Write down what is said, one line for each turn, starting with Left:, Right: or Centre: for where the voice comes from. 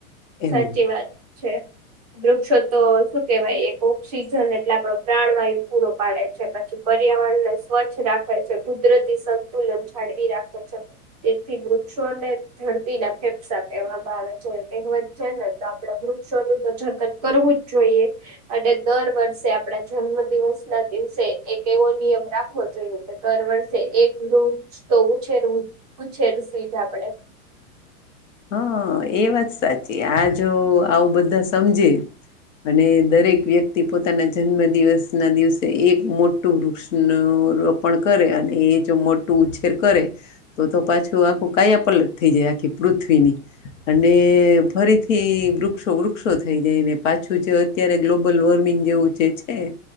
Left: એવું
Right: સાચી વાત છે વૃક્ષો તો શું કેવાય એક ઓક્સિજન એટલે આપણો પ્રાણવાયુ પૂરો પાડે છે પછી પર્યાવરણને સ્વચછ રાખે છે કુદરતી સંતુલન જાળવી રાખે છે તેથી વૃક્ષ ને ધરતી ના ફેફસા કહેવામાં આવે છે કેવત છે ને તો આપડે વૃક્ષો નું તો જતન કરવું જ જોઈએ દર વર્ષે આપડા જન્મ દિવસ ના દિવસે એક એવો નિયમ રાખવો જોઈએ કે દર વર્ષે એક વૃક્ષ તો ઉછેર ઉછેર સેજ આપડે
Left: હા એ વાત સાચી આ જો આવું બધા સમજે અને દરેક વ્યક્તિ પોતાના જન્મ દિવસ ના દિવસે એક મોટું વૃક્ષનું રોપણ કરે અને એ જો મોટું ઉછેર કરે તો તો પાછું આખું કાયા પલટ થઈ જાય આખી પૃથ્વીની અને ફરીથી વૃક્ષો વૃક્ષોથી થઈ જાય ને પાછું જે અત્યારે ગ્લોબ લ વોર્મિંગ જેચે છે